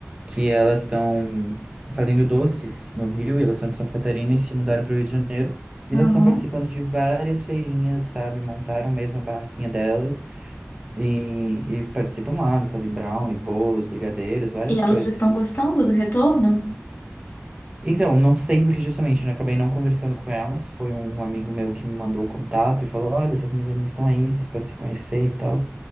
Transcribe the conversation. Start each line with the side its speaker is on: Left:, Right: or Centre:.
Right: que elas estão fazendo doces no Rio, e elas são de Santa Catarina e se mudaram para o Rio de Janeiro. E
Left: Uhum.
Right: elas estão participando de várias feirinhas, sabe? Montaram mesmo a barraquinha delas e, e participam lá, elas fazem brownie, bolos, brigadeiros, várias
Left: E elas
Right: coisas.
Left: estão gostando do retorno?
Right: Então, não sei porque justamente, né? Acabei não conversando com elas. Foi um um amigo meu que me mandou o contato e falou: Olha, essas minhas amigas estão aí, vocês podem se conhecer e tal.